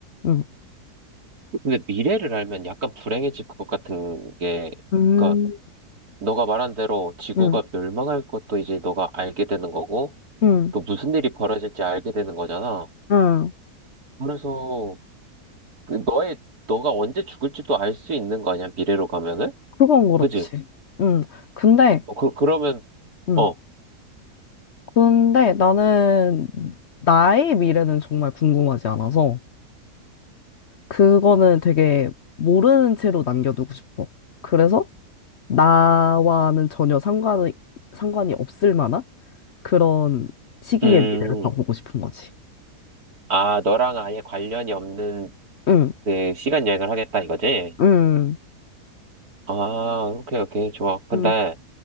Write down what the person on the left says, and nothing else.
응,
음,
응,
응,
응.
그건 그렇지.
응. 근데,
응.
근데 나는 나의 미래는 정말 궁금하지 않아서 그거는 되게 모르는 채로 남겨두고 싶어. 그래서 나와는 전혀 상관이, 상관이 없을 만한 그런 시기의
미래를 가보고 싶은 거지.
응,
응,
응,